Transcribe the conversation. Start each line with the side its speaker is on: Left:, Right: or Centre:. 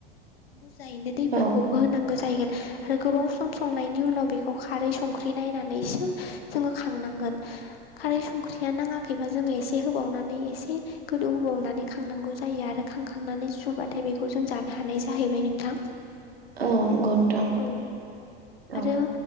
Left: बुरजायैनो दैफोरखौबो
Right: औ
Left: होनांगौ जाहैगोन। आरो गोबाव सम संनायनि उनाव बेखौ खारै संख्रि नायनानैसो जोङो खांनांगोन। खारै संख्रिया नाङाखैबा जोङो एसे होबावनानै एसे गोदौ होबावनानै खांनांगौ जायो आरो खांखांनानै सुबाथाय बेखौ जों जानो हानाय जाहैबाय नोंथां।
Right: औ नंगौ नोंथां
Left: औ आरो
Right: औ